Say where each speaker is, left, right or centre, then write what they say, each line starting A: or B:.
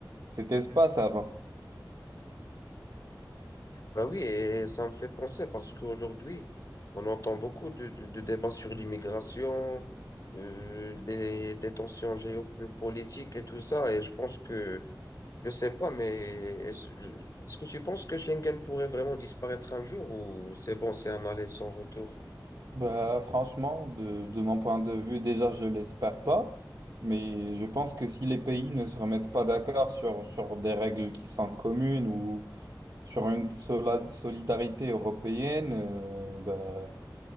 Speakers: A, on the right; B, on the left.
A: cet espace avant.
B: Ben oui, et ça me fait penser parce qu'aujourd'hui, on entend beaucoup de, de- de débats sur l'immigration, euh, des, des tensions géopolitiques et tout ça. Et je pense que, je sais pas, mais est-ce est-ce que tu penses que Schengen pourrait vraiment disparaître un jour ou c'est bon, c'est un aller sans retour?
A: Bah franchement, de, de mon point de vue, déjà, je l'espère pas. Mais je pense que si les pays ne se remettent pas d'accord sur, sur des règles qui sont communes ou sur une sola- solidarité européenne, euh, bah,